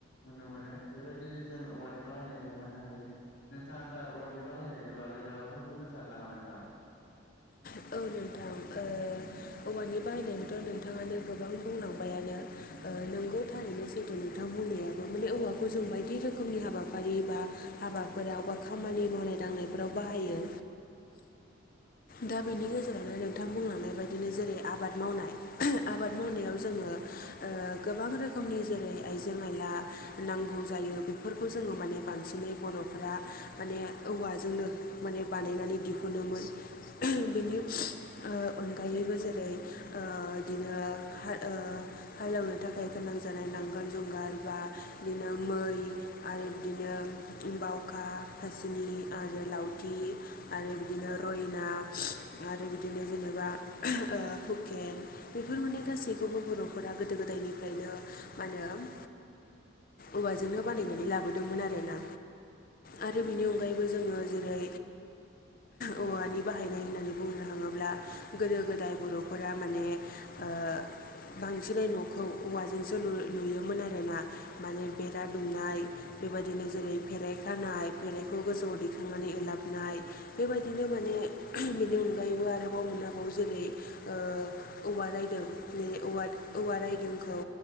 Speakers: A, on the left; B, on the left.
A: नुनो मोनो बेबायदि जों औवानि बाहायनायखौ मोननो हायो। नोंथाङा दा औवनि बाहायनायनि बागै माबाफोर बुंनो सानो नामा नोंथां।
B: औ नोंथां ओ औवानि बाहायनायनिथ' नोंथाङानो गोबां बुंलांबायानो ओ नोंगौ थारैनो जिथु नोंथां बुंनायाबो माने औवाखौ जों बायदि रोखोमनि हाबाफारि एबा हाबाफोराव बा खामानि मावनाय दांनायफोराव बाहायो। दा बेनि गेजेरावनो नोंथां बुंलांनाय बायदिनो जेरै आबाद मावनाय आबाद मावनायाव जोङो ओ गोबां रोखोमनि जेरै आइजें आइला नांगौ जायो बेफोरखौ जोङो माने बांसिनै बर'फोरा माने औवाजोंनो माने बानायनानै दिहुनोमोन। बेनि ओ अनगायैबो जेरै ओ इदिनो हार ओ हाल एवनो थाखाय गोनां जानाय नांगाल जुंगार बा बिदिनो मै आरो बिदिनो बावखा खासिनि आरो लावथि आरो बिदिनो रयना आरो बिदिनो जेनेबा ओ हुकेन बेफोर माने गासैखौबो बर'फोरा गोदो गोदायनिफ्रायनो मा होनो औवाजोंनो बानायनानै लाबोदोंमोन आरोना। आरो बिनि अनगायैबो जोङो जेरै ओ औवानि बाहायनाय होननानै बुंनो थाङोब्ला गोदो गोदाय बर'फोरा माने ओ बांसिनै न'खौ औवाजोंसो लु लुयोमोन आरोना माने बेरा दुमनाय बेबायदिनो जेरै फेराइ खानाय फेराइखौ गोजौआव दैखांनानै ओलाबनाय बेबायदिनो माने बेनि अनगायैबो आरोबाव मोनाबाव जेरै ओ औवा रायदों <unintelligible> औवा रायदोंखौ